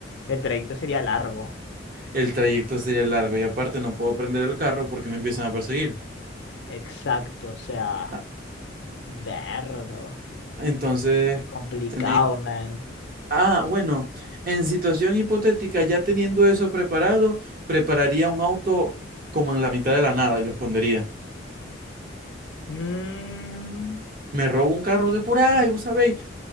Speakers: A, on the left; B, on the right.
A: el trayecto sería largo.
B: El trayecto sería largo y aparte no puedo prender el carro porque me empiezan a perseguir.
A: Exacto. O sea,
B: Ah,
A: verlo.
B: Entonces...
A: Complicado,
B: Tenéis-
A: man.
B: Ah, bueno, en situación hipotética, ya teniendo eso preparado, prepararía un auto como en la mitad de la nada y lo escondería.
A: Mm,
B: Me robo un carro de por ahí, vos sabéis,